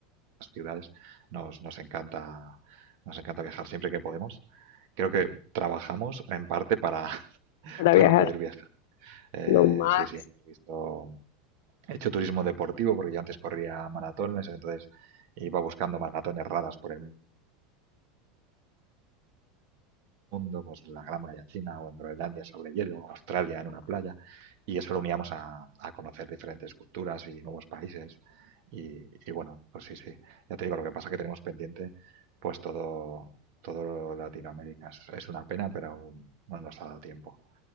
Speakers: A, on the right; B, on the left.
A: las ciudades. Nos, nos encanta, nos encanta viajar siempre que podemos. Creo que trabajamos en parte para, <laughs>
B: para
A: para
B: viajar,
A: poder viajar. Eh,
B: lo máximo
A: sí, sí, he visto, he hecho turismo deportivo porque yo antes corría maratones, entonces iba buscando maratones raras por el mundo, pues la Gran Muralla China o en Groenlandia sobre hielo, o Australia en una playa, y eso lo uníamos a, a conocer diferentes culturas y nuevos países. Y, y bueno, pues sí, sí, ya te digo, lo que pasa es que tenemos pendiente pues todo, todo Latinoamérica. Es, es una pena, pero aún no nos ha dado tiempo.